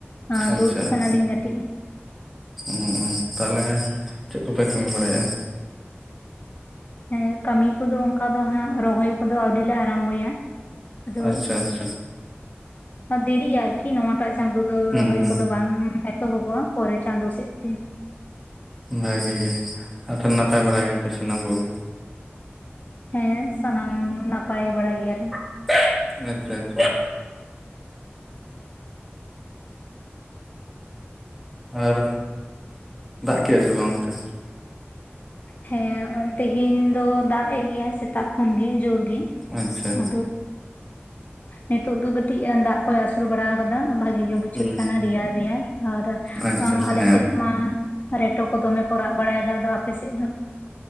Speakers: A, on the left; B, in the centre.
A: ᱟᱸ
B: ᱟᱪᱪᱷᱟ
A: ᱫᱩᱲᱩᱵ
B: ᱟᱪᱪᱷᱟ
A: ᱠᱟᱱᱟᱞᱤᱧ ᱠᱟᱹᱴᱤᱡ
B: ᱩ ᱩ ᱛᱟᱦᱞᱮ ᱪᱮᱫ ᱠᱚᱯᱮ ᱠᱟᱹᱢᱤ ᱵᱟᱲᱟᱭᱮᱫᱼᱟ
A: ᱦᱮᱸ ᱠᱟᱹᱢᱤ ᱠᱚᱫᱚ ᱚᱱᱠᱟ ᱫᱚ ᱦᱟᱸᱜ ᱨᱚᱦᱚᱭ ᱠᱚᱫᱚ ᱟ. ᱣᱨᱤ ᱞᱮ ᱟᱨᱟᱢᱵᱚᱭᱟ ᱟᱫᱚ
B: ᱟᱪᱪᱷᱟ ᱟᱪᱪᱷᱟ
A: ᱫᱮᱨᱤᱜᱼᱟ ᱟᱨᱠᱤ ᱱᱚᱣᱟᱴᱟᱜ ᱪᱟᱸᱫᱚ ᱚ
B: ᱦᱩᱸ
A: ᱨᱚᱦᱚᱭ
B: ᱦᱩᱸ
A: ᱠᱚᱫᱚ ᱵᱟᱝ ᱮᱛᱚᱦᱚᱵᱚᱜᱼᱟ ᱯᱚᱨᱮ ᱪᱟᱸᱫᱚ ᱥᱮᱫ ᱛᱮ
B: ᱵᱷᱟ. ᱜᱤ ᱜᱮ ᱟᱨ ᱛᱚᱦᱞᱮ ᱱᱟᱯᱟᱭ ᱵᱟᱲᱟ ᱜᱮᱭᱟᱯᱮ ᱥᱟᱱᱟᱢ ᱠᱚᱜᱮ
A: ᱦᱮᱸ ᱥᱟᱱᱟᱢ ᱱᱟᱯᱟᱭ ᱵᱟᱲᱟ ᱜᱮᱭᱟᱞᱮ
B: <unintelligible> ᱟᱪᱪᱷᱟ ᱟᱪᱪᱷᱟ ᱟᱨ ᱫᱟᱜ ᱠᱮᱫᱼᱟ ᱥᱮ ᱵᱟᱝ ᱚᱱᱛᱮ
A: ᱦᱮᱸ ᱛᱮᱦᱮᱧ ᱫᱚ ᱫᱟᱜ ᱮᱫ ᱜᱮᱭᱟ ᱥᱮᱛᱟᱜ ᱠᱷᱚᱱ ᱜᱮ ᱡᱳᱨ ᱜᱮ
B: ᱟᱪᱪᱷᱟ
A: ᱟᱫᱚ ᱱᱤᱛᱚᱜ ᱫᱚ ᱠᱟᱹᱴᱤᱡ ᱫᱟᱜ ᱠᱚᱭ ᱟᱹᱥᱩᱨ ᱵᱟᱲᱟ ᱟᱠᱟᱫᱟ ᱵᱷᱟᱜᱤ ᱜᱮ ᱵᱩᱡᱷᱟᱹᱜ
B: ᱦᱩᱸ
A: ᱠᱟᱱᱟ ᱨᱮᱭᱟᱲ ᱨᱮᱭᱟᱲ ᱟᱨ
B: ᱟᱪᱪᱷᱟ ᱟᱪᱪᱷᱟ
A: ᱟᱞᱮ
B: ᱦᱮᱸ
A: ᱥᱮᱫ ᱢᱟ ᱨᱮᱴᱚ ᱠᱚ ᱫᱚᱢᱮ ᱠᱚ ᱨᱟᱜ ᱵᱟᱲᱟᱭ ᱮᱫᱟ ᱟᱫᱚ ᱟᱯᱮᱥᱮᱫ ᱫᱚ